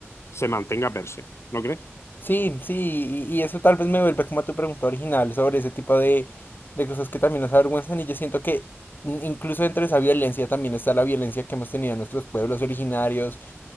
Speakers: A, on the left; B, on the left.
A: se mantenga per se. ¿No crees?
B: Sí, sí, y, y eso tal vez me vuelve como a tu pregunta original sobre ese tipo de, de cosas que también nos avergüenzan y yo siento que in- incluso dentro de esa violencia también está la violencia que hemos tenido en nuestros pueblos originarios,